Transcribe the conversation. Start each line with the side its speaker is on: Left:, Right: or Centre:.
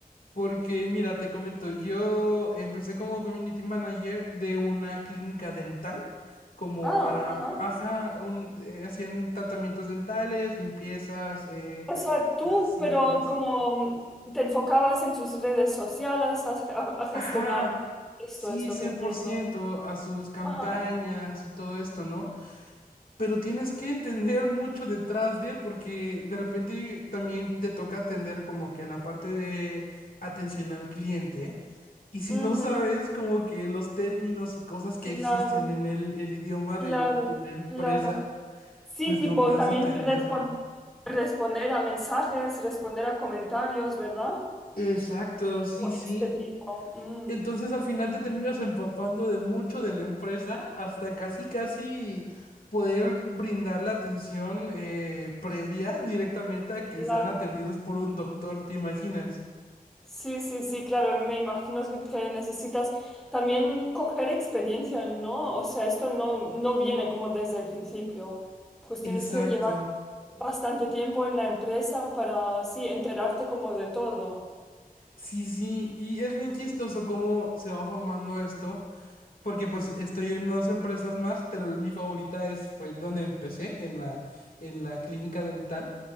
Left: porque mira, te comento, yo empecé como community manager de una clínica dental, como
Centre: ah,
Left: para,
Centre: ajá.
Left: ajá, un, eh, hacían tratamientos dentales, limpiezas, eh,
Centre: O sea, tú,
Left: resinas.
Centre: pero como te enfocabas en sus redes sociales a, a- a gestionar.
Left: Ajá,
Centre: Esto
Left: sí,
Centre: es lo
Left: cien
Centre: que entiendo.
Left: por ciento a sus campañas
Centre: Ajá.
Left: y todo esto, ¿no? Pero tienes que entender mucho detrás de, porque de repente también te toca atender como que la parte de atención al cliente. Y si
Centre: Ujú.
Left: no sabes como que los términos y cosas
Centre: Claro,
Left: que existen en el, el idioma
Centre: claro,
Left: del- de la empresa,
Centre: claro. Sí,
Left: pues
Centre: tipo,
Left: no puedes
Centre: también
Left: atenderlo.
Centre: respon- responder a mensajes, responder a comentarios, ¿verdad?
Left: Exacto, sí,
Centre: O
Left: sí.
Centre: este tipo. Mm,
Left: Entonces al final te terminas empapando de mucho de la empresa hasta casi casi poder brindar la atención eh, previa directamente a
Centre: claro.
Left: que sean atendidos por un doctor, ¿te imaginas?
Centre: Sí, sí, sí, claro. Me imagino que que necesitas también coger experiencia, ¿no? O sea, esto no, no viene como desde el principio. Pues
Left: Exacto.
Centre: tienes que llevar bastante tiempo en la empresa para, sí, enterarte como de todo.
Left: Sí, sí, y es bien chistoso cómo se va formando esto. Porque pues estoy en dos empresas más, pero mi favorita es, fue donde empecé, en la, en la clínica dental,